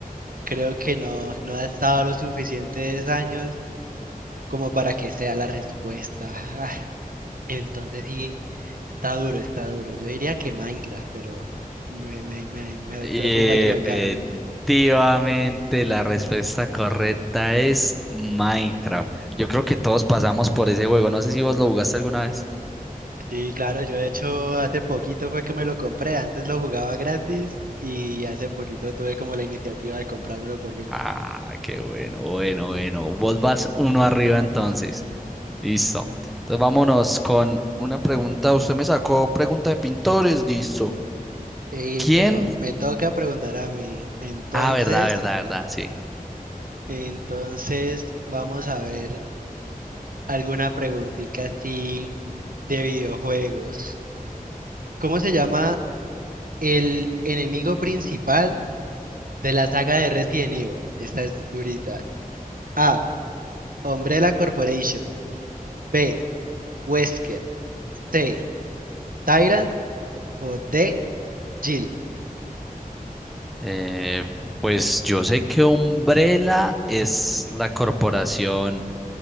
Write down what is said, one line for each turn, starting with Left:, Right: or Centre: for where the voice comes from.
Right: creo que no, no ha estado los suficientes años como para que sea la respuesta. <laughs> Entonces sí, está duro, está duro. Yo diría que Minecraft, pero me, me, me, me
Centre: Y
Right: preocupa equivocarme.
Centre: efectivamente, la respuesta correcta es Minecraft. Yo creo que todos pasamos por ese juego. No sé si vos lo jugaste alguna vez.
Right: Sí, claro, yo de hecho hace poquito fue que me lo compré, antes lo jugaba gratis y hace poquito tuve como la iniciativa de comprármelo por fin.
Centre: Ah, qué bueno, bueno, bueno. Vos vas uno arriba entonces. Listo. Entonces vámonos con una pregunta. Usted me sacó pregunta de pintores, listo.
Right: Ey,
Centre: ¿Quién?
Right: pero me toca preguntar a mí, entonces,
Centre: Ah, verdad, verdad, verdad, sí.
Right: entonces vamos a ver alguna preguntita así de videojuegos. ¿Cómo se llama el enemigo principal? De la saga de Resident Evil. Esta es durita. A. Umbrella Corporation. B. Wesker. C. Tyrant. O D. Jill.
Centre: Eh, pues yo sé que Umbrella es la corporación.